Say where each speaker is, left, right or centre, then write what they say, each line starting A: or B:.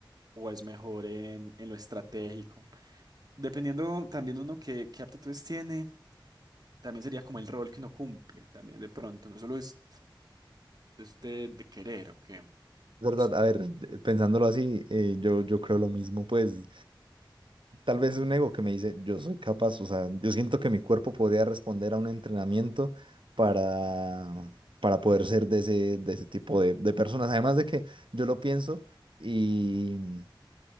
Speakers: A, on the right (about 50°); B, on the right (about 70°).
A: o es mejor en, en lo estratégico. Dependiendo también uno qué, qué aptitudes tiene, también sería como el rol que uno cumple, también de pronto. No solo es, es de, de querer, ¿ok?
B: ¿Verdad?
A: No sé.
B: A ver, <laughs> de- pensándolo así, eh, yo, yo creo lo mismo, pues Tal vez es un ego que me dice, yo soy capaz, o sea, yo siento que mi cuerpo podría responder a un entrenamiento para, para poder ser de ese, de ese tipo de, de personas. Además de que yo lo pienso y,